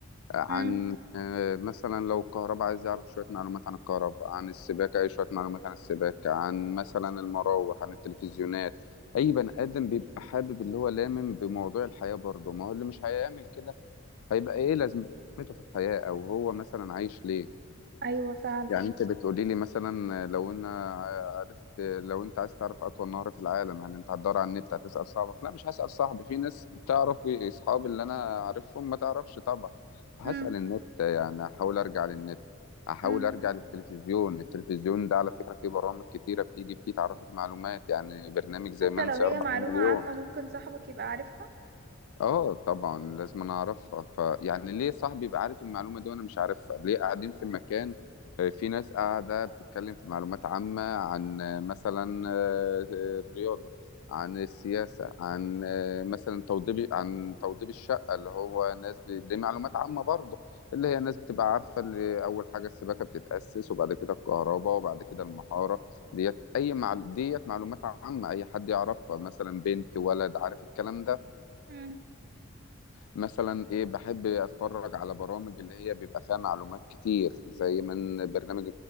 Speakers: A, on the left; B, on the right.
A: عن
B: امم
A: آه، مثلا لو الكهرباء عايز يعرف شويه معلومات عن الكهرباء عن السباكه اي شويه معلومات عن السباكه عن مثلا المراوح عن التلفزيونات اي بني ادم بيبقى حابب اللي هو لامم بموضوع الحياه برضه ما هو اللي مش هيعمل كده هيبقى ايه لازمته في الحياه او هو مثلا عايش ليه
B: ايوه فعلا
A: يعني انت بتقولي لي مثلا لو انا عرفت لو انت عايز تعرف اطول نهر في العالم هل انت هتدور على النت هتسأل صاحبك لا مش هسأل صاحبي في ناس تعرف اصحابي اللي انا عارفهم ما تعرفش طبعا فهسأل
B: امم
A: النت يعني احاول ارجع للنت احاول
B: امم
A: ارجع للتلفزيون التلفزيون ده على فكرة فيه برامج كتيرة بتيجي فيه تعرفك معلومات يعني برنامج زي
B: حتى
A: من
B: لو
A: سيربح
B: هي معلومة
A: المليون
B: عامة ممكن صاحبك يبقى عارفها
A: اه طبعا لازم انا اعرفها فيعني ليه صاحبي يبقى عارف المعلومه دي وانا مش عارفها ليه قاعدين في مكان آه، في ناس قاعده بتتكلم في معلومات عامه عن آه، مثلا آه، آه، الرياضه عن السياسه عن آه، مثلا توضيب عن توضيب الشقه اللي هو ناس ب... دي معلومات عامه برضه اللي هي ناس بتبقى عارفه اللي اول حاجه السباكه بتتاسس وبعد كده الكهرباء وبعد كده المحاره ديت اي مع... ديت معلومات عامه اي حد يعرفها مثلا بنت ولد عارف الكلام ده
B: مم.
A: مثلا ايه بحب اتفرج على برامج اللي هي بيبقى فيها معلومات كتير زي من برنامج